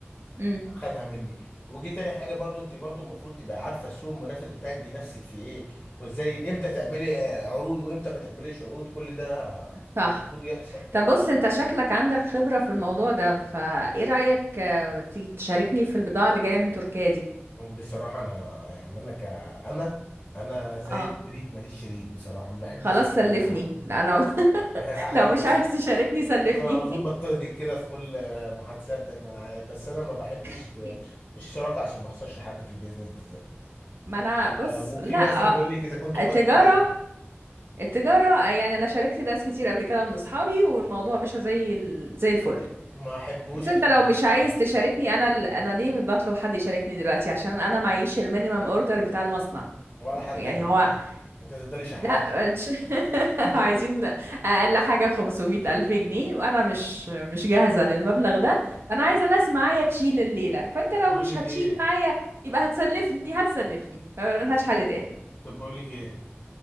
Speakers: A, on the right; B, on the left.
A: امم
B: خدها مني وجي تاني حاجه برضو انت برضو المفروض تبقى عارفه السوق المنافس بتاعك بينافسك في ايه وازاي امتى تعملي آه، عروض وامتى ما تعمليش عروض كل ده
A: صح
B: المفروض يحصل
A: طب بص انت شكلك عندك خبرة في الموضوع ده فايه رأيك آه، تيجي تشاركني في البضاعة اللي جاية من تركيا دي
B: بصراحه انا يعني انا ك انا انا زي
A: اه
B: الشريك ماليش شريك بصراحه ما بحبش
A: خلاص
B: اخش
A: سلفني
B: مع حد
A: لا انا
B: <laughs> عادي
A: <laughs> لو مش
B: أص-
A: عايز تشاركني سلفني
B: انا على طول بضطهدك كده في كل آه، محادثات بان انا عارف بس انا ما بحبش
A: <laughs>
B: آه، الشراكه عشان ما اخسرش حد في البيزنس بالذات
A: ما انا
B: آه،
A: بص
B: وفي
A: لا
B: مثل
A: آه،
B: بيقول لك اذا كنتوا
A: التجارة
B: اخوات اتحاسبوا
A: التجارة آه، يعني أنا شاركت ناس كتير قبل كده من أصحابي والموضوع مش زي ال... زي الفل
B: ما احبوش
A: بس أنت
B: عشان
A: لو
B: ما اخسرش
A: مش عايز
B: صاحبي
A: تشاركني أنا ال... أنا ليه بطلب حد يشاركني دلوقتي عشان أنا معيش المينيمم أوردر بتاع المصنع
B: ولا حتى
A: يعني
B: هيبقى
A: هو
B: معاكي انت تفضلي
A: لا
B: شحاتة
A: مش- <laughs>
B: <laughs>
A: عايزين أقل حاجة 500 ألف جنيه وأنا مش مش جاهزة للمبلغ ده فأنا عايزة ناس معايا تشيل الليلة فأنت لو
B: بقول
A: مش
B: لك
A: هتشيل
B: ايه
A: معايا يبقى هتسلفني هتسلفني ملهاش حل تاني
B: طب بقول لك ايه